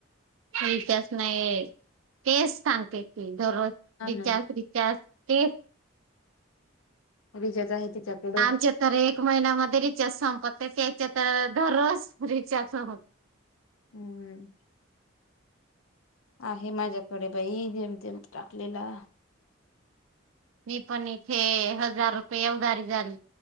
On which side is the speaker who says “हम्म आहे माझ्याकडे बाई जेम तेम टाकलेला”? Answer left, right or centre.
Left